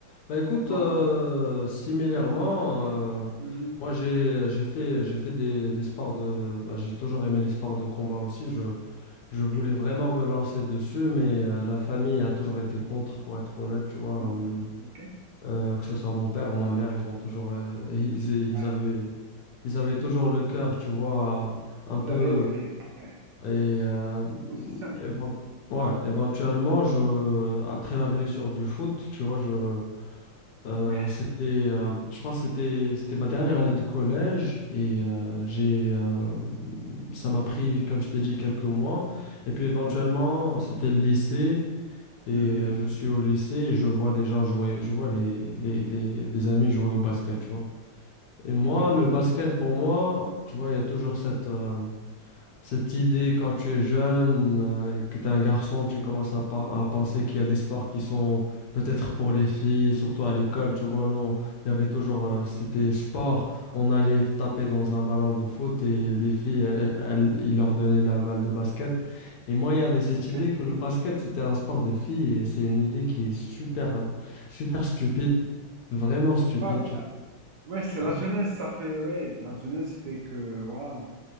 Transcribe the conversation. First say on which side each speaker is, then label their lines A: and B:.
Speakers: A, on the left; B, on the right.
A: Bah écoute,
B: Voilà.
A: euh, similairement, euh,
B: Mhm.
A: moi j'ai j'ai fait j'ai fait des, des sports de bah, j'ai toujours aimé les sports de combat aussi. Je je voulais
B: OK.
A: vraiment me lancer dessus, mais euh, la famille a toujours été contre, pour être honnête, tu vois.
B: Mhm.
A: hum,
B: OK.
A: euh, que ce soit mon père ou ma mère, ils ont toujours euh, ils, ils
B: Ouais.
A: avaient ils avaient toujours le cœur, tu vois, un peu
B: Carré, ouais. bah, ouais.
A: et euh,
B: Aussi simple.
A: évent- ouais, éventuellement je après la blessure du foot, tu vois, je euh,
B: Ouais.
A: c'était, euh, je pense que c'était, c'était ma dernière année de collège et euh, j'ai, euh,
B: OK.
A: ça m'a pris, comme je t'ai dit, quelques mois. Et puis éventuellement,
B: Mhm.
A: c'était le lycée et
B: Mhm.
A: euh, je suis au lycée et je vois des gens jouer, je vois les, les, les- des amis jouer au basket, tu vois. Et moi,
B: OK.
A: le basket, pour moi, tu vois, il y a toujours cette, euh, cette idée, quand tu es jeune euh, et que tu es un garçon, tu commences à, pa-
B: Mhm.
A: à penser qu'il y a des sports qui sont peut-être pour les filles, surtout à l'école. Tu vois, nous, il y avait toujours, euh, c'était sport. On allait taper dans un ballon de foot et les filles, elles-
B: Voilà.
A: elles- ils leur donnaient la balle de basket. Et moi, il y avait cette
B: OK.
A: idée que le basket, c'était un sport de filles et c'est une idée qui est super, euh, super stupide, vraiment stupide.
B: Ouais, bah,
A: tu
B: ouais, c'est la
A: vois.
B: jeunesse, ça fait. Ouais, la jeunesse fait que. Voilà.